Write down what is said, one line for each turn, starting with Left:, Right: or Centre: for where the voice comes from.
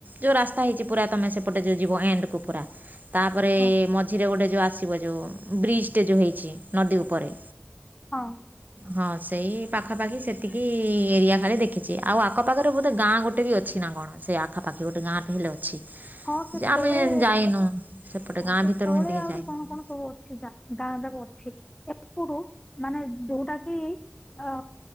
Right: ଯଉ ରାସ୍ତା ହେଇଛି ପୁରା ତୁମେ ସେପଟେ ଯେ ଯିବ ଏଣ୍ଡକୁ ପୁରା ତାପରେ
Left: ହଁ
Right: ମଝିରେ ଗୋଟେ ଯଉ ଆସିବ ଯଉଁ ବ୍ରିଜଟେ ଯେଉ ହେଇଛି ନଦୀ ଉପରେ।
Left: ହଁ।
Right: ହଁ, ସେଇ ପାଖାପାଖି ସେତିକି ଏରିଆ ଖାଲି ଦେଖିଛି। ଆଉ ଆଖପାଖରେ ବୋଧେ ଗାଁ ଗୋଟେ ବି ଅଛି। କି ନା କଣ! ସେ ଆଖାପାଖି ଗୋଟେ ଗାଁ ଟେ ହେଲେ ଅଛି।
Left: ହଁ, ସେ
Right: ଯେ ଆମେ
Left: ତଳେ,
Right: ଯାଇନୁ ସେପଟେ
Left: ହଁ
Right: ଗାଁ
Left: ସେ
Right: ଭିତରକୁ
Left: ତଳେ
Right: ଏମିତିକି
Left: ଆହୁରି
Right: ଯାଇନୁ
Left: କଣ
Right: ଆମେ
Left: କଣ ସବୁ ଅଛ୍? ସେ ଗାଁ ଯାଗ ଅଛି ଏପଡୁ ମାନେ ଯଉଟାକି ଅ